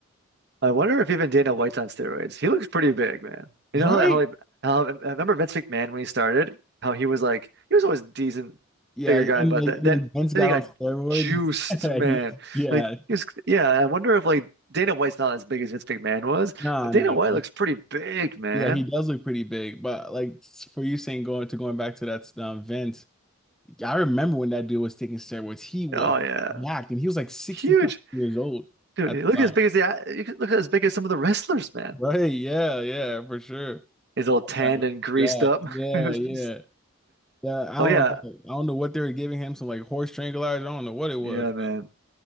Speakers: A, on the right; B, in the centre.
A: I wonder if even Dana White's on steroids. He looks pretty big, man.
B: Right?
A: You know how like how I remember Vince McMahon when he started, how he was like he was always a decent,
B: Yeah,
A: bigger
B: and
A: guy, but
B: like
A: th
B: and
A: then
B: then Vince
A: then
B: got
A: he got
B: on steroids.
A: juiced,
B: <laughs> He
A: man.
B: was, yeah.
A: Like he's yeah. I wonder if like Dana White's not as big as Vince McMahon was,
B: No,
A: but Dana
B: no,
A: White
B: no.
A: looks pretty big, man.
B: Yeah, he does look pretty big, but like s- for you saying going to going back to that um, Vince, I remember when that dude was taking steroids, he was
A: Oh yeah,
B: yacked and he was like 60
A: huge
B: something years old
A: dude.
B: at the
A: Look
B: time.
A: as big as the you could look as big as some of the wrestlers, man.
B: Right, yeah, yeah, for sure.
A: He's all tanned
B: That guy was
A: and greased
B: jacked.
A: up.
B: Yeah,
A: <laughs> It was
B: yeah.
A: just-
B: Yeah, I don't
A: oh yeah,
B: know. I don't know what they were giving him, some like horse tranquilizer. I don't know what it was.
A: yeah, man.